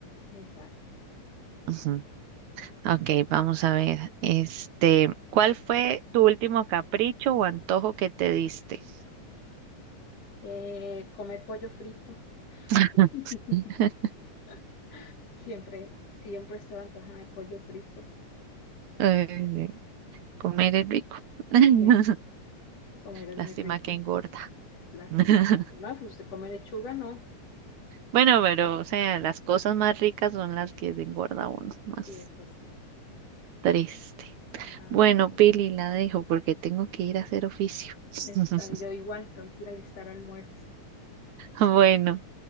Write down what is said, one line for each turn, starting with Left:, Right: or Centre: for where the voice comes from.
Left: Exacto.
Right: Ujú. Ok, vamos a ver, este, ¿cuál fue tu último capricho o antojo que te diste?
Left: Eh, comer pollo frito.
Right: <laughs>
Left: <laughs> Siempre, siempre estoy antojada de pollo frito.
Right: Ay, comer es rico. <laughs>
Left: Sí, comer es
Right: Lástima
Left: muy rico.
Right: que engorda.
Left: Lástima.
Right: <laughs>
Left: ¿verdad? No, pues se come lechuga, no.
Right: Bueno, pero, o sea, las cosas más ricas son las que engorda uno más.
Left: Sí, eso sí.
Right: Triste.
Left: Ay,
Right: Bueno,
Left: sí.
Right: Pili, la dejo porque tengo que ir a hacer oficio.
Left: Está,
Right: <laughs>
Left: bien, yo igual tengo que ir a alistar almuerzo.
Right: Bueno,